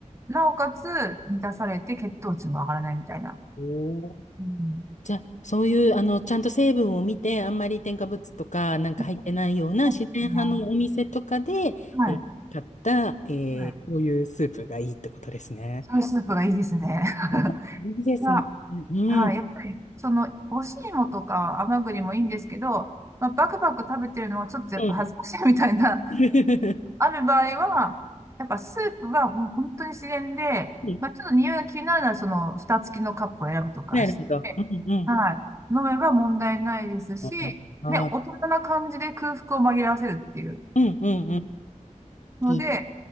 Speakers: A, on the right (about 20°); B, on the left (about 70°).
A: なおかつ満たされて血糖値も上がらないみたいな。
B: おー
A: うん。
B: じゃあ、そういう、あの、ちゃんと成分を見て、あんまり添加物とかなんか入ってないような自然派のお店とかで、
A: うんそうですね。はい。
B: えー買った、えーこういうスープがいいってことですね。
A: はい。そのスープがいいですね。
B: うん
A: <laughs>
B: いいですね。
A: が、
B: うん。
A: はい。やっぱり、その、干し芋とか甘栗もいいんですけど、まあ、バクバク食べてるのはちょっとやっぱ恥ずかしいみたいな、
B: うん。
A: <laughs>
B: <laughs>
A: ある場合は、やっぱスープはほん本当に自然で、
B: うん
A: まあ、ちょっと匂いが気になるなら、その、蓋付きのカップを選ぶとか
B: なるほど。うんうん。
A: はい。飲めば問題ないですし、
B: あー、
A: ね、大人な感じで空腹を紛らわせるっていう
B: うんうんうん。
A: ので、
B: き、